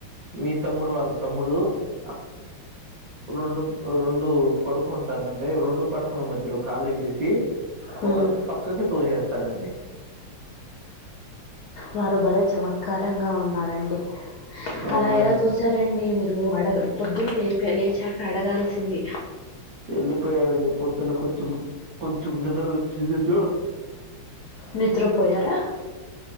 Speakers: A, on the right; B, on the left.
A: మీ తమ్ముడు వాళ్ళ తమ్ముడు ఆ రెండు రెండు పడుకుంటాం గదే రెండు పడకల మధ్యలో కాలు ఏసి
B: హ్మ్.
A: ఒకరు పక్కకి తో చేస్తారండి
B: వారు బలే చమత్కారంగా ఉన్నారండి
A: అవునండి
B: అలా ఎలా తోసారండి మీరు అడగ పొద్దున లేపే లేచాక అడగాల్సింది
A: వెళ్ళిపోయాడండి పొద్దున్న కొంచం కొంచం నిద్ర వచ్చినచో
B: నిద్రపోయారా